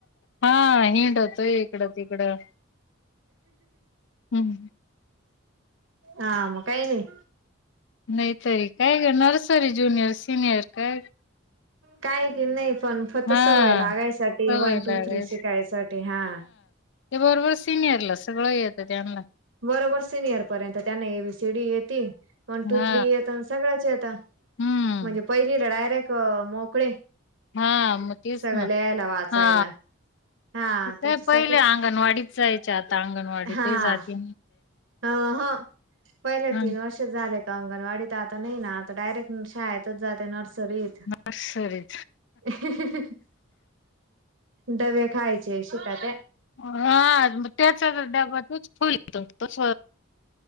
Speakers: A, on the left; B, on the right.
A: हा हिंडतोय इकडं तिकडं हम्म
B: ह म काय नाही
A: नाहीतरी काय का नर्सरी ज्युनियर सिनियर काय
B: काय ते नाही पणफत
A: हा
B: सवय लागायसाठी
A: सवय
B: वन टू
A: लागायच
B: थ्री शिकायसाठी हा
A: ते बरोबर सिनियरला सगळं येतं त्यांना
B: बरोबर सिनियर पर्यंत त्याना एबी सीडी यती वन टू
A: हा
B: थ्री आता सगळ्याचे आता
A: हम्म
B: म्हणजे पहिली ला डायरेक्ट एक मोकळे
A: हा मतीस
B: सगळं
A: ना
B: लिहायला वाचायला
A: हा
B: हा
A: त काय
B: त्याच्यासाठीच
A: पहिले अंगणवाडीच जायचे आता अंगणवाडीतही
B: हा
A: जाते
B: अ ह पहिल्या
A: हा
B: तीन वर्ष झाल्या अंगणवाडीत आता नाही ना आता डायरेक्ट शाळेतच जाते नर्स सरीेत
A: नर्सरी
B: ही ही ही डबे खायचे शिकात
A: हा ग त्याचा तर डबा तूच फुल येतो तस